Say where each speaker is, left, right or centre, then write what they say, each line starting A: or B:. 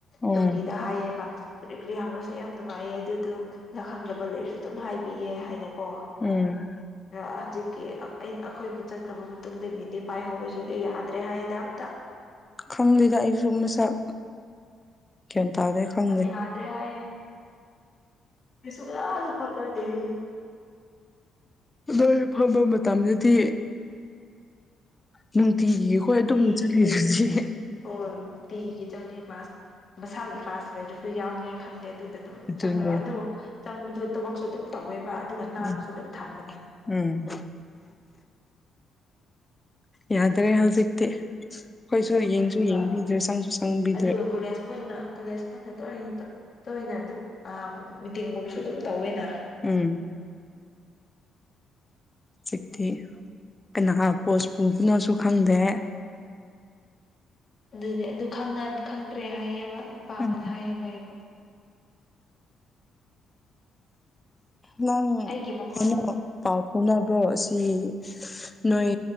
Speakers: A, on the left; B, on the left.
A: ꯎꯝ
B: ꯇꯨꯀꯤꯗ ꯍꯥꯏꯌꯦꯕ ꯀꯔꯤ ꯀꯔꯤ ꯍꯪꯉꯁꯨ ꯌꯥꯝ ꯅꯨꯡꯉꯥꯏꯌꯦ ꯑꯗꯨꯗꯨ ꯈꯪꯗꯕ ꯂꯩꯔꯁꯨ ꯑꯗꯨꯝ ꯍꯥꯏꯕꯤꯌꯦ ꯍꯥꯏꯅꯀꯣ
A: ꯎꯝ
B: ꯍꯧꯖꯤꯛꯀꯤ ꯑꯩ ꯑꯩꯈꯣꯏꯅ ꯆꯠꯈ꯭ꯔꯕ ꯃꯇꯨꯡꯗꯒꯤꯗꯤ ꯄꯥꯏꯍꯧꯕꯁꯤꯡꯗꯣ ꯌꯥꯗ꯭ꯔꯦ ꯍꯥꯏꯗ ꯑꯝꯇ
A: ꯈꯪꯗꯦꯗ ꯑꯩꯁꯨ ꯃꯁꯛ ꯒ꯭ꯌꯥꯟ ꯇꯥꯗꯦ ꯈꯪꯗꯦ
B: ꯌꯥꯗ꯭ꯔꯦ ꯍꯥꯏꯌꯦ ꯃꯤꯁꯨ ꯀꯅꯥꯝꯇ ꯐꯝꯅꯗꯦ ꯍꯥꯏꯌꯦ
A: ꯅꯣꯏ ꯐꯝꯕ ꯃꯇꯝꯗꯗꯤ ꯅꯨꯡꯇꯤꯒꯤ ꯍꯣꯏ ꯑꯗꯨꯝ
B: ꯇꯤꯒꯤ
A: ꯆꯠꯂꯤꯁꯤꯗꯤ
B: ꯍꯣꯏ ꯄꯤꯒꯤ ꯆꯪꯉꯦ ꯀ꯭ꯂꯥꯁ ꯃꯁꯥꯒꯤ ꯀ꯭ꯂꯥꯁ ꯂꯩꯔꯁꯨ ꯌꯥꯎꯅꯤꯉꯥꯏ ꯈꯟꯗꯦ ꯑꯗꯨꯗ ꯑꯗꯨꯝ
A: ꯑꯗꯨꯅꯦ
B: ꯆꯪꯔꯒ ꯑꯗꯨꯒ ꯆꯪꯕꯗꯨ ꯊꯕꯛꯁꯨ ꯑꯗꯨꯝ ꯇꯧꯋꯦꯕ ꯑꯗꯨꯒ ꯅꯥꯟꯅꯁꯨ
A: ꯎꯝ
B: ꯑꯗꯨꯝ ꯊꯝꯕꯅꯦ
A: ꯎꯝ ꯌꯥꯗ꯭ꯔꯦ ꯍꯧꯖꯤꯛꯇꯤ ꯑꯩꯈꯣꯏꯁꯨ ꯌꯦꯡꯁꯨ
B: ꯑꯗꯨꯒ
A: ꯌꯦꯡꯕꯤꯗ꯭ꯔꯦ ꯆꯪꯁꯨ ꯆꯪꯕꯤꯗ꯭ꯔꯦ
B: ꯑꯗꯨꯒ ꯀꯣꯂꯦꯖ ꯄꯨꯟꯅ ꯀꯣꯂꯦꯖ ꯄꯨꯟꯅ ꯇꯣꯏꯅ ꯇꯣꯏꯅ ꯑꯗꯨꯝ ꯑꯥ ꯃꯤꯇꯤꯡꯒꯨꯝꯕꯁꯨ ꯑꯗꯨꯝ ꯇꯧꯋꯦꯅ
A: ꯎꯝ ꯍꯧꯖꯤꯛꯇꯤ ꯀꯅꯥ ꯄꯣꯁ ꯄꯨꯕꯅꯣꯁꯨ ꯈꯪꯗꯦ
B: ꯑꯗꯨꯅꯦ ꯑꯗꯨ ꯈꯪꯅ ꯈꯪꯗ꯭ꯔꯦ ꯍꯥꯏꯌꯦꯕ ꯅꯨꯄꯥ ꯑꯃꯅ
A: ꯎꯝ
B: ꯍꯥꯏꯌꯦꯕ ꯑꯩꯕꯨ
A: ꯅꯪ
B: ꯑꯩꯒꯤ ꯃꯈꯣꯟ
A: ꯀꯩꯅꯣ ꯄꯥꯎ ꯐꯥꯎꯅꯕ꯭ꯔꯣ ꯁꯤ ꯅꯣꯏ